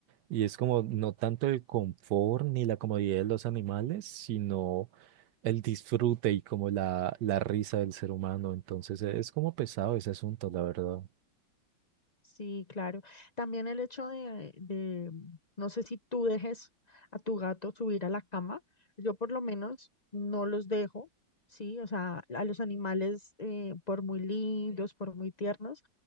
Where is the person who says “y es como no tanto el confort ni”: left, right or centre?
Right